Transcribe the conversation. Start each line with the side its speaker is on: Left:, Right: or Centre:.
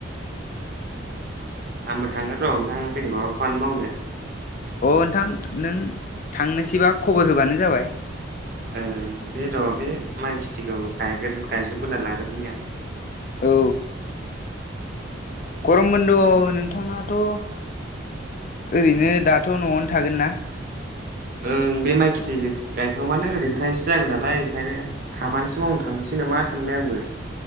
Right: <inaudible> आंबो थांगोन र' नोंथां बेगलाव खामानि मावनो।
Left: अ'नोंथां नों थांनोसैबा खबर होबानो जाबाय।
Right: ओ बे र' बे माइ खेथिखौ यग्रो गायजोब ग्रोना लाग्रोनि आं।
Left: औ। गरम बन्दआव नोंथांङाथ'- ओरैनो दाथ' न'आवनो थागोन ना?
Right: ओं बे माइ खेथिजोब गायखांबानो ओरैनो थानायसो जागोन नालाय। ओंखायनो- खामानिसो मावनो थांनोसै नामा? सानबाय आंबो।